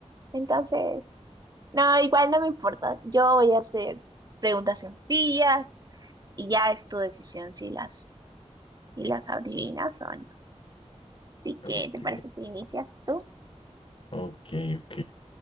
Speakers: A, on the right; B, on the left.
A: entonces, no, igual no me importa. Yo voy a hacer preguntas sencillas y ya es tu decisión si las, si las adivinas o no. Así
B: Ok,
A: que, ¿te parece si inicias tú?
B: ok, ok.